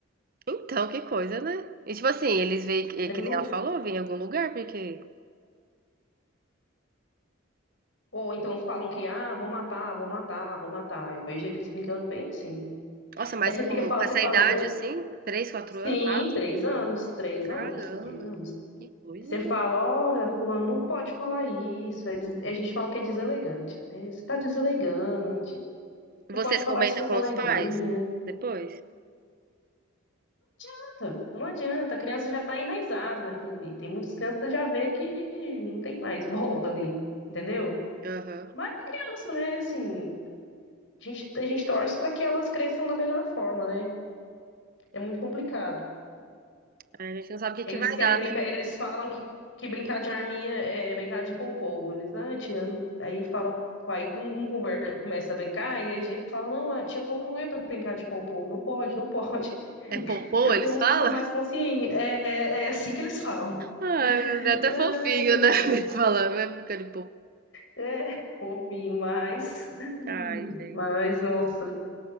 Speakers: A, on the right (about 45°); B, on the left (about 65°).
A: Então, que coisa, né? E tipo assim, eles veem, que
B: Eles,
A: que nem ela falou, vêm em algum lugar, porque...
B: Ou então falam que, ah, vou matar, vou matar, vou matar. Eu vejo eles brincando bem assim.
A: Nossa, mas
B: Aí você
A: com,
B: fica, fala-
A: com
B: você
A: essa
B: fala,
A: idade
B: brin-
A: assim, três, quatro
B: sim,
A: anos, quatro,
B: três anos, três
A: caramba,
B: anos, três anos.
A: que coisa,
B: Você
A: né?
B: fala, olha, fulano, não pode falar isso. É des- A gente fala que é deselegante, né? Você tá deselegante,
A: E
B: não
A: vocês
B: pode falar
A: comentam
B: isso pro coleguinha.
A: com os pais depois?
B: Não adianta, não adianta, a criança já está enraizada naquilo ali. Tem muitas crianças que já vê que não tem mais <laughs> volta ali, entendeu?
A: Aham.
B: Mas é criança, né? Assim, A gente, a gente torce para que elas cresçam da melhor forma, né? É muito complicado.
A: É, a gente não sabe o
B: Eles
A: que que vai
B: querem
A: dar,
B: brincar,
A: né?
B: eles falam que, que brincar de arminha é brincar de poupou. Eles, ah, tia, não-" aí fala, aí com- um conver- começa a brincar e aí eles falam, não, a tia falou que não é para brincar de poupou, não pode, não pode. <laughs>
A: É popô,
B: Já
A: eles
B: tem uns
A: falam?
B: que são mais conscientes, é, é, é assim que eles falam.
A: Ai, é até
B: Ai,
A: fofinho, né?
B: ai,
A: <laughs> Eles falando, vai ficando popô.
B: é fofinho, mas,
A: Ai, gente.
B: mas, nossa.